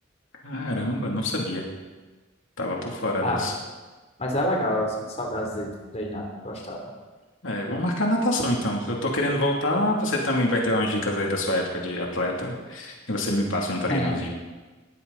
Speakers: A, on the left; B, on the left.
A: caramba, não sabia. Tava por fora
B: Ah,
A: dessa.
B: mas é legal, eu sinto saudades de, de treinar, gostava.
A: É, vamos marcar natação então. Se eu tô querendo voltar, você também vai ter umas dicas aí da sua época de atleta e você me passa um treinozinho.
B: É,